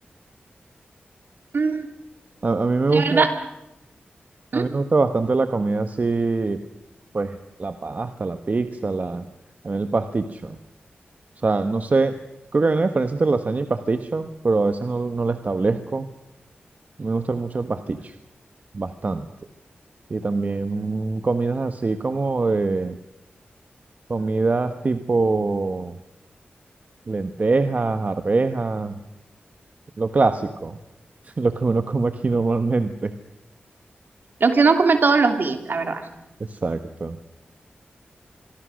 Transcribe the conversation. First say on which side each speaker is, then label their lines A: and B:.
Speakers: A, on the right; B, on the right.
A: Mm,
B: A, a mí me
A: la
B: gusta,
A: verdad,
B: a
A: mm,
B: mí me gusta bastante la comida así, pues la pasta, la pizza, la, también el pasticho. O sea, no sé, creo que hay una diferencia entre lasaña y pasticho, pero a veces no, no la establezco. Me gusta mucho el pasticho, bastante. Y también comidas así como de comidas tipo lentejas, arvejas, lo clásico, <laughs> lo que uno come aquí normalmente.
A: lo que uno come todos los días, la verdad.
B: Exacto.